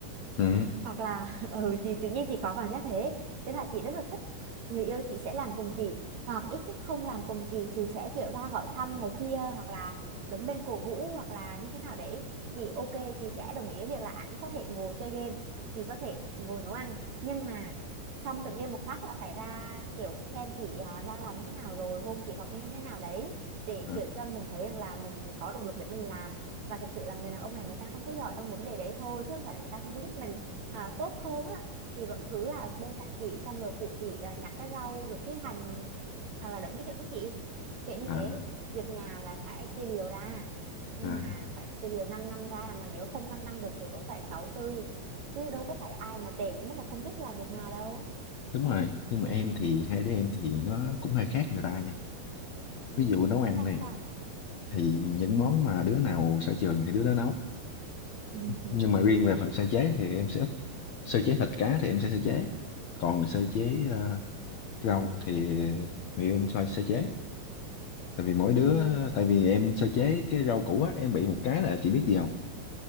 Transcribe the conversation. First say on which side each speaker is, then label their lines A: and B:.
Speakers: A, on the left (about 80°); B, on the right (about 65°).
A: Ừ.
B: hoặc là <laughs> ừ, chị tự nhiên chị có cảm giác thế thế là chị rất là thích người yêu chị sẽ làm cùng chị hoặc ít nhất không làm cùng chị thì sẽ kiểu ra hỏi thăm này kia hoặc là đứng bên cổ vũ hoặc là như thế nào để chị ok chị sẽ đồng ý với việc là ảnh có thể ngồi chơi game chị có thể ngồi nấu ăn nhưng mà xong trận game một phát là phải ra kiểu xem chị à, đang làm như thế nào rồi hôn chị hoặc như thế nào đấy để
A: À,
B: kiểu cho mình thấy rằng là mình có động lực để mình làm và thực sự là người đàn ông này người ta không có giỏi trong vấn đề đấy thôi chứ không phải là người ta không có giúp mình à, tốt hơn á thì vẫn cứ là bên cạnh chị xong rồi phụ chị à, nhặt cái rau rồi cái hành hoặc là đựng cái chuyện với chị kiểu như
A: à,
B: thế việc nhà là phải chia đều ra nhưng
A: à.
B: mà phải chia đều 5 năm năm ra mà nếu không 5 năm năm được thì cũng phải 6 tư chứ đâu có phải ai mà tệ đến mức mà không biết làm việc nhà đâu
A: Đúng rồi, nhưng mà em thì hai đứa em thì nó cũng hơi khác người ta nha.
B: ừ.
A: Ví dụ nấu ăn
B: khác
A: này
B: sao ừ.
A: thì những món mà đứa nào sở trường thì đứa đó nấu.
B: <laughs>
A: Nhưng mà riêng về phần sơ chế thì em sẽ ít. Sơ chế thịt cá thì em sẽ sơ chế. Còn sơ chế ờ, rau thì người yêu em phải sơ chế. Tại vì mỗi
B: Ừ.
A: đứa,
B: Ừ.
A: tại vì em sơ chế cái rau củ á, em bị một cái là chị biết gì không?